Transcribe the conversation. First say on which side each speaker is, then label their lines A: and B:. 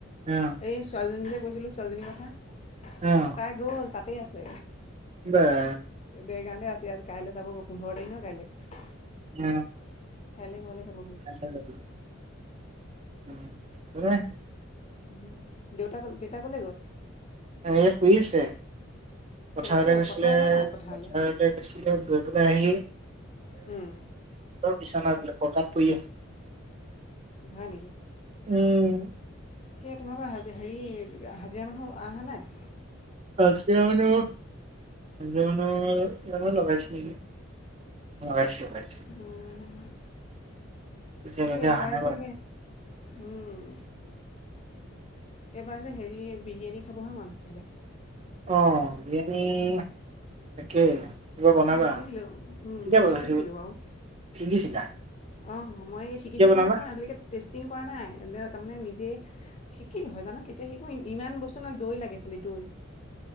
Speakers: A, on the right; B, on the left.
A: অ
B: এই ছোৱালীজনী যে কৈছিলোঁ ছোৱালীজনীৰ কথা
A: অহ।
B: তাই গ'ল তাতে আছে।
A: বাহ
B: দেৰগাঁৱতে আছে আজি কাইলে যাব গৈ পোন্ধৰ তাৰিখ নহয় কাইলে।
A: অঁ।
B: কাইলে ঘৰলে যাব
A: কাইলে যাব <unintelligible>
B: উম, দেউতা ক'লে দেউতা ক'লে গ'ল?
A: এই শুই আছে। পথাৰলে
B: কিয়
A: গৈছিলে
B: পথাৰ যোৱা নাই পথাৰলৈ
A: পথাৰলে গৈছিলে গৈ পেলাই আহি
B: উম।
A: বিছনা পকাত পৰি আছে <unintelligible>
B: হয় নেকি?
A: উম।
B: কি তোমালোকৰ হাজি হেৰী হাজিৰা মানুহ অহা নাই?
A: হাজিৰা মানুহ হাজিৰা মানুহ কেইটামান লগাইছে নেকি? লগাইছে লগাইছে।
B: অহ
A: এতিয়ালৈকে
B: তাকে এবাৰ
A: অহা নাই
B: যে
A: বাৰু
B: উম, এইবাৰ যে হেৰী বিৰিয়ানী খাবহে মন আছিলে।
A: অ বিৰিয়ানী তাকে। কিবা বনাবা
B: মই শিকিছিলোঁ উম
A: কেতিয়া
B: মই
A: বনাবা?
B: শিকিছিলোঁ বাৰু
A: শিকিছিলা
B: অঁ মই এই শিকিছিলোঁ
A: কেতিয়া বনাবা
B: মানে মই আজিলৈকে টেষ্টিং কৰা নাই তাৰমানে নিজে শিকিলোঁ হয় জানো কেতিয়া শিকোঁ ই ইমান বস্তু না দৈ লাগে খালি দৈ।